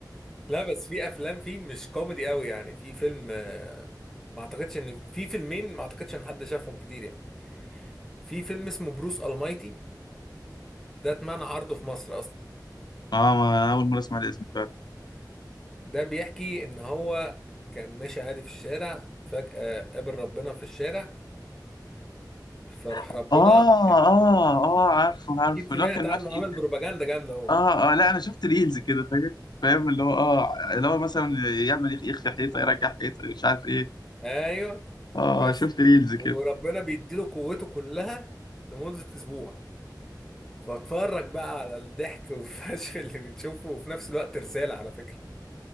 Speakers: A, in the centre; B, on the left (about 70°).
A: لا بس في افلام فيه مش كوميدي قوي يعني في فيلم آه، ما اعتقدش ان في فيلمين ما اعتقدش ان حد شافهم كتير يعني في فيلم اسمه بروس المايتي ده اتمنع عرضه في مصر اصلا
B: اه ما أول مرة أسمع الاسم فعلا
A: ده بيحكي ان هو كان ماشي عادي في الشارع فجأة قابل ربنا في الشارع فراح
B: اه
A: ربنا
B: اه اه عارفه عارفه
A: اكيد سمعت
B: لو كان
A: عنه
B: ماشي
A: عامل بروباجندا جامده اهو
B: اه اه لا انا شفت ريلز كده فاهم فاهم اللي هو اه اللي هو مثلا يعمل يخ- يخفي حيطة يرجع حيطة مش عارف ايه
A: ايوه
B: اه
A: بس
B: شفت ريلز
A: وربنا
B: كده
A: بيديله قوته كلها لمدة اسبوع فاتفرج بقى على الضحك <laughs> والفشل اللي بتشوفه وفي نفس الوقت رسالة على فكرة